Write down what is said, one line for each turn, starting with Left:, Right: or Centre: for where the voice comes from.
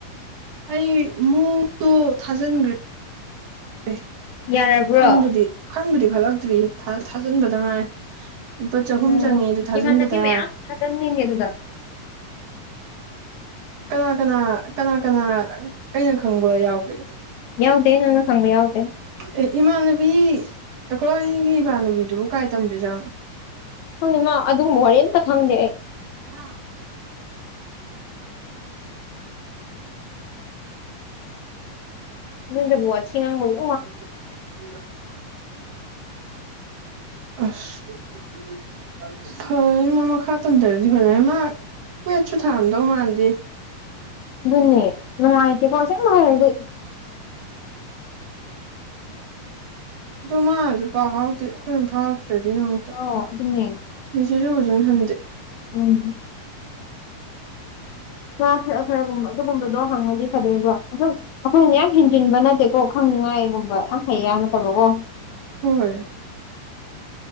Right: ꯑꯩ ꯃꯨꯗꯣ ꯊꯥꯖꯤꯟꯈ꯭ꯔꯦ ꯑꯦ
Left: ꯌꯥꯔꯕ꯭ꯔꯣ
Right: ꯈꯟꯕꯨꯗꯤ ꯈꯟꯕꯨꯗꯤ ꯈꯜꯂꯛꯇ꯭ꯔꯤ ꯊꯥ ꯊꯥꯖꯤꯟꯕꯗ ꯉꯥꯏꯔꯤ ꯂꯨꯄꯥ ꯆꯍꯨꯝ
Left: ꯎꯝ
Right: ꯆꯪꯉꯦ ꯑꯗꯨ ꯊꯥꯖꯤꯟꯕꯗ
Left: ꯏꯃꯥꯟꯅꯕꯤ ꯃꯌꯥꯝ ꯊꯥꯖꯟꯅꯤꯡꯉꯦ ꯑꯗꯨꯗ
Right: ꯀꯅꯥ ꯀꯅꯥ ꯀꯅꯥ ꯀꯅꯥ ꯑꯩꯅ ꯈꯪꯕ ꯌꯥꯎꯒꯦ
Left: ꯌꯥꯎꯗꯦ ꯅꯪꯅ ꯈꯪꯕ ꯌꯥꯎꯗꯦ
Right: ꯑꯦ ꯏꯃꯥꯟꯅꯕꯤ ꯑꯩꯈꯣꯏꯒꯤ ꯏꯃꯥꯟꯅꯕꯤꯗꯨꯕꯨ ꯀꯥꯏ ꯇꯝꯗꯣꯏꯖꯥꯠꯅꯣ
Left: ꯈꯪꯗꯦ ꯃꯥ ꯑꯗꯨꯒꯨꯝꯕ ꯋꯥꯔꯤ ꯑꯝꯇ ꯈꯪꯗꯦ ꯑꯩ
Right: ꯅ <inaudible>
Left: ꯅꯣꯏꯗꯕꯨ ꯋꯥꯊꯤ ꯉꯥꯡꯕꯩ
Right: <unintelligible> ꯑꯁ ꯍꯣꯏ ꯃꯥ ꯃꯈꯥ ꯇꯝꯊꯔꯗꯤ ꯐꯗꯧꯅꯦ ꯃꯥ ꯀ꯭ꯋꯦꯠꯁꯨ ꯊꯥꯔꯝꯗꯧ ꯃꯥꯟꯗꯦꯅꯦ
Left: ꯗꯨꯅ‌ꯦ ꯅꯨꯡꯉꯥꯢꯇ‌ꯦꯀ‌ꯣ ꯑꯁ‌ꯦꯡꯕ ꯍꯥꯢꯔꯗꯤ꯫
Right: ꯑꯗꯨ ꯃꯥꯅꯁꯨ ꯄꯥꯎ ꯐꯥꯎꯔꯛꯇꯦ ꯑꯩꯈꯣꯏꯅ ꯗꯨꯝ ꯐꯥꯎꯗ꯭ꯔꯗꯤ ꯗꯨꯝ
Left: ꯑꯣ ꯑꯗꯨꯅꯦ
Right: ꯃ‌ꯦꯁ‌ꯦꯁ ꯁꯨ ꯐꯖꯅ ꯍꯟꯗꯦ
Left: ꯎꯝ ꯃꯥ ꯈꯔ ꯈꯔꯒꯨꯝꯕ ꯑꯗꯨꯒꯨꯝꯕꯗꯣ ꯍꯪꯉꯗꯤ ꯐꯗꯣꯏꯕ ꯑꯗꯨꯝ ꯑꯩꯈꯣꯏꯅ ꯌꯥꯝ ꯍꯦꯟꯖꯤꯟꯕ ꯅꯠꯇꯦꯀꯣ ꯈꯪꯅꯤꯡꯉꯥꯏꯒꯨꯝꯕ ꯌꯥꯝ ꯐꯩ ꯍꯥꯏꯕ ꯅꯠꯇꯕꯀꯣ
Right: ꯍꯣꯏ